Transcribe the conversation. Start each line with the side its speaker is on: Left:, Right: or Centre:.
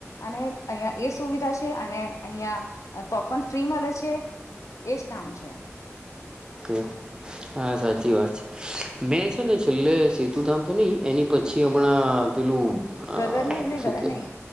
Left: અને અહિયાં એ સુવિધા છે અને અહિયાં પોપન ફ્રી મળે છે એજ કામ છે.
Right: <unintelligible> હા સાચી વાત છે મેં છે ને છેલ્લે સેતુધામ તો નહીં એની પછી હમણાં પેલું અ
Left: ગદર નહી નહી
Right: શું
Left: ગદર
Right: કે
Left: નહી